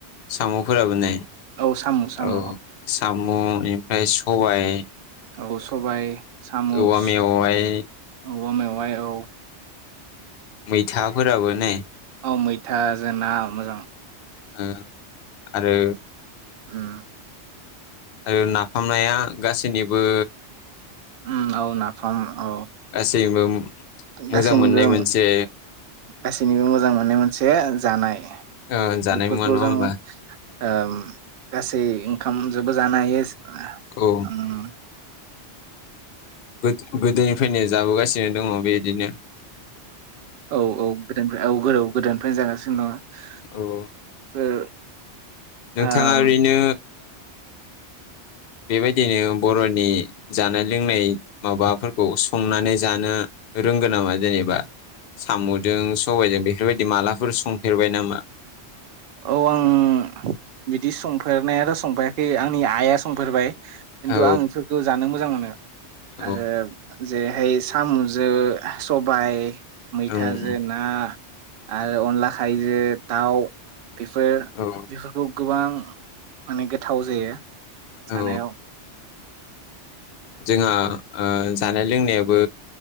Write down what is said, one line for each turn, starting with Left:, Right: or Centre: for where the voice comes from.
Left: साम'फोराबो नेै
Right: औ साम' साम'
Left: औ साम' ओमफ्राय सबाय
Right: औ सबाय सामुस
Left: औवा मेवाइ
Right: औवा मेवाइ औ
Left: मैथाफोराबो ने
Right: अ मैथा जोंना मोजां
Left: उम आरो
Right: उम
Left: आरो नाफामनाया गासैनिबो
Right: उम औ नाफाम औ
Left: गासैबो मोजां
Right: गासैनिबो
Left: मोननाय मोनसे
Right: गासैनिबो मोजां मोननाय मोनसे जानाय
Left: ओ जानाय
Right: बेफोरखौ
Left: मुवा नङा
Right: जों
Left: होमबा
Right: ओम गासै ओंखाम जबो जानो हायो
Left: औ
Right: उम
Left: गोदोनिफ्रायनो जाबोगासिनो दङ बेबायदिनो
Right: औ औ गोदोनिफ्राय औ गोदो गोदोनिफ्रायनो जागासिनो दङ।
Left: औ नोंथाङा
Right: ओम
Left: ओरैनो बेबायदिनो बर'नि जानाय लोंनाय माबाफोरखौ संनानै जानो रोंगोन नामा जेनेबा साम'जों सबायजों बेफोरबायदि मालाफोर संफेरबाय नामा?
Right: औ आं बिदि संफेरनायाथ' संफेराखै आंनि आइआ संफेरबाय खिन्थु
Left: औ
Right: आं बेफोरखौ जानो मोजां मोनो
Left: औ
Right: आरो जेरैहाय साम'जों सबाय मैथाजों
Left: ओं
Right: ना आरो अनला खारैजों दाउ बेफोर
Left: औ
Right: बेफोरखौ गोबां माने गोथाव जायो।
Left: औ
Right: जानायाव
Left: जोंहा ओ जानाय लोंनायाबो